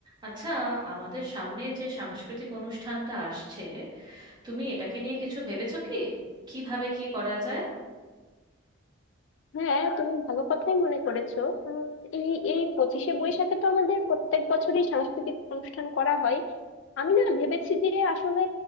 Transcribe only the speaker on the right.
আচ্ছা আমাদের সামনে যে সাংস্কৃতিক অনুষ্ঠানটা আসছে তুমি এটাকে নিয়ে কিছু ভেবেছো কি কিভাবে কি করা যায়